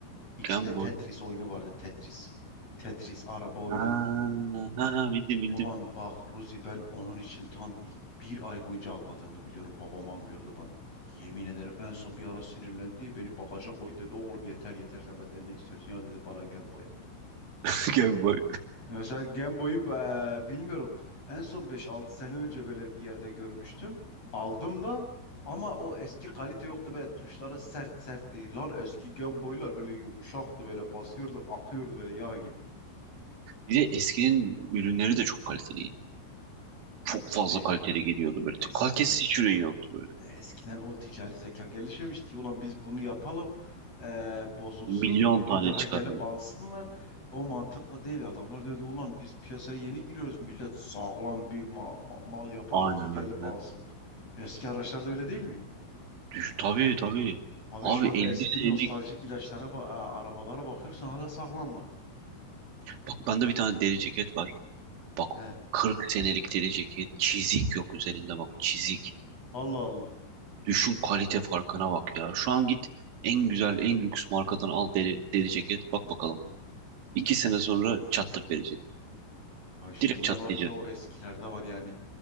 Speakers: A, on the left (about 30°); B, on the right (about 65°).
A: İçinde
B: Game
A: Tetris
B: Boy.
A: oyunu vardı Tetris. Tetris, araba oyunu.
B: Ha, ha, ha, bildim
A: Ulan
B: bildim.
A: bak Ruzi ben onun için tam ilk bir ay boyunca ağladığımı biliyorum. Babam almıyordu bana. Yemin ederim en son bir ara sinirlendi. Beni bagaja koy dedi. Oğlum yeter yeter sen benden ne istiyorsun? Ya dedi bana Game Boy al.
B: <laughs> Game Boy.
A: Mesela Game Boy'u eee, bilmiyorum. En son beş altı sene önce böyle bir yerde görmüştüm. Aldım da ama o eski kalite yoktu. Böyle tuşları sert sertti. Lan eski Game Boy'lar böyle yumuşaktı. Böyle basıyordu akıyordu böyle yağ gibi.
B: Bir de eskinin ürünleri de çok kaliteliydi. Çok
A: İşte
B: fazla kaliteli geliyordu böyle.
A: eskiden
B: Kalitesiz hiç ürün yoktu böyle.
A: E, Eskiden o ticari zeka gelişmemişti ki ulan biz bunu yapalım e, bozulsun
B: Milyon tane
A: bir daha
B: çıkarıyordu.
A: gelip alsınlar. O mantıkla değil adamlar diyordu ulan biz piyasaya yeni giriyoruz millet sağlam bir ma- ma- mal yapalım
B: Aynen
A: ki gelip
B: aynen.
A: alsın. Eski araçlarda öyle değil mi?
B: Düşün, tabii tabii.
A: Abi
B: Abi
A: şu an
B: 50
A: eski
B: senelik.
A: nostaljik ilaçlara ba- a- arabalara bakıyorsun hala sağlamlar.
B: Bak bende bir tane deri ceket var. Bak
A: He.
B: 40 senelik deri ceket. Çizik yok üzerinde bak çizik.
A: Allah Allah.
B: Düşün kalite farkına bak ya. Şu an git en güzel en lüks markadan al deri, deri ceket. Bak bakalım. 2 sene sonra çatlak verecek.
A: Ha işte
B: Direkt
A: ne
B: çatlayacak.
A: varsa o eskilerde var yani.